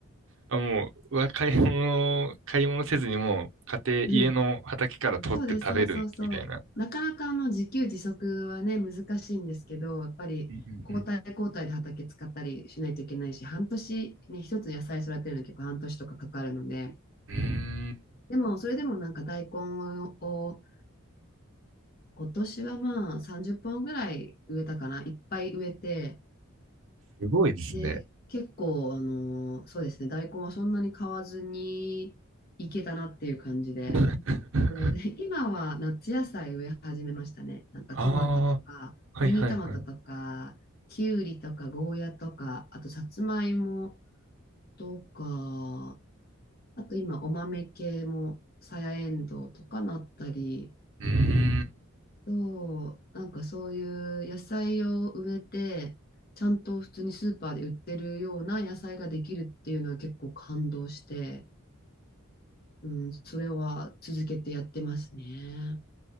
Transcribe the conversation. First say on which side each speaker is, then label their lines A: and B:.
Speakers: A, on the right; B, on the left.
A: あ、もう、うわ買い物、買い物せずにもう、家庭、
B: うん
A: 家の畑から取って食べるみたいな。
B: そうです、そうそうそう。なかなかあの自給自足はね、難しいんですけど、やっぱり交代交代で畑使ったりしないといけないし、
A: うん
B: 半年ね、一つ野菜育てるのに結構半年とかかかるので、
A: うんうん。うーん。
B: でもそれでもなんか大根を今年はまあ30本ぐらい植えたかな。いっぱい植えて、
A: すごいですね。
B: で、結構、あのーそうですね、大根はそんなに買わずにいけたなっていう感じで、
A: <laughs>
B: で <laughs> 今は夏野菜植え始めましたね。なんかトマトとか、
A: ああ、はいはいはい。
B: ミニトマトとか、
A: う
B: キュウリとか、ゴーヤとか、あとさつまいもとか、あと今お豆系も、さやえんどうとかなったり、
A: ーん。
B: そう、なんかそういう野菜を植えて、ちゃんと普通にスーパーで売ってるような野菜ができるっていうのは結構感動して、うん、それは続けてやってますね。